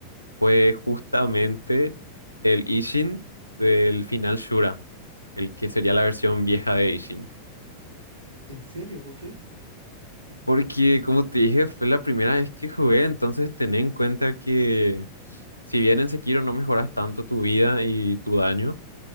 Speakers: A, on the left (about 85°); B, on the right (about 65°).
A: fue justamente el Ishin del final Shura, el que sería la versión vieja de Ishin.
B: ¿En serio? ¿Por qué?
A: Porque, como te dije, fue la primera vez que jugué, entonces ten en cuenta que si bien en Sekiro no mejoras tanto tu vida y tu daño,